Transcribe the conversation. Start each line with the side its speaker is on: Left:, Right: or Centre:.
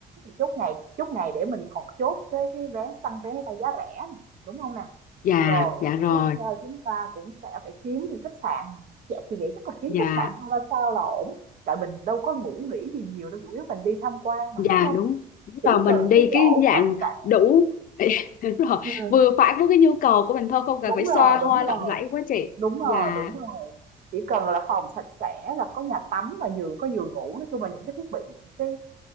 Right: chốt ngày, chốt ngày để mình còn chốt cái cái vé săn vé máy bay giá rẻ nè, đúng không nè?
Left: dạ
Right: Rồi,
Left: dạ rồi
Right: tiếp theo chúng ta cũng sẽ phải kiếm những khách sạn nè. Dạ, chị nghĩ chắc là kiếm
Left: dạ
Right: khách sạn hai ba sao là ổn. Tại mình đâu có ngủ nghỉ gì nhiều đâu, chủ yếu mình đi tham quan mà,
Left: dạ
Right: đúng không?
Left: đúng đúng
Right: Chỉ
Left: rồi mình
Right: cần
Left: đi
Right: cái chỗ
Left: cái dạng
Right: sạch sẽ.
Left: đủ <laughs> đúng rồi
Right: Ừ,
Left: vừa phải với cái nhu cầu của mình thôi không cần
Right: đúng
Left: phải xoa
Right: rồi,
Left: hoa
Right: đúng rồi.
Left: lộng lẫy quá chị
Right: Đúng rồi,
Left: dạ
Right: đúng rồi. Chỉ cần là phòng sạch sẽ là có nhà tắm và giường có giường ngủ, nói chung là những cái thiết bị cái